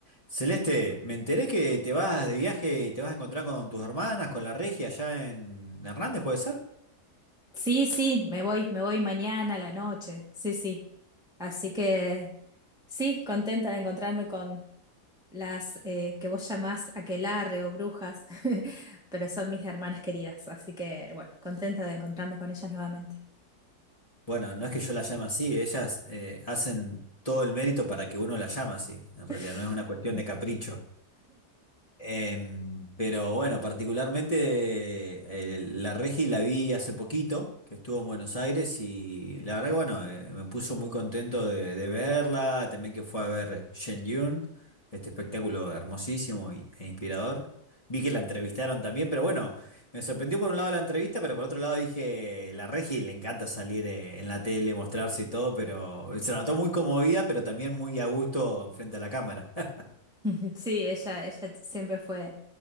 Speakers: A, on the left (about 20°); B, in the centre.
A: Celeste, me enteré que te vas de viaje y te vas a encontrar con tus hermanas, con la Regia allá en Hernández, ¿puede ser?
B: Sí, sí, me voy, me voy mañana a la noche. Sí, sí. Así que sí, contenta de encontrarme con las eh, que vos llamás aquelarre o brujas, <laughs> pero son mis hermanas queridas. Así que bueno, contenta de encontrarme con ellas nuevamente.
A: Bueno, no es que yo la llame así, ellas eh, hacen todo el mérito para que uno la llame así. En realidad
B: <laughs>
A: no es una cuestión de capricho. Em, pero bueno, particularmente eh, la Regi la vi hace poquito, que estuvo en Buenos Aires y la verdad que bueno, eh, me puso muy contento de, de verla, también que fue a ver Shen Yun, este espectáculo hermosísimo y- e inspirador. Vi que la entrevistaron también, pero bueno, me sorprendió por un lado la entrevista, pero por otro lado dije, la Regi le encanta salir eh, en la tele, mostrarse y todo, pero se la notó muy conmovida, pero también muy a gusto frente a la cámara. <laughs>
B: <laughs> Ujú. Sí, ella, ella siempre fue,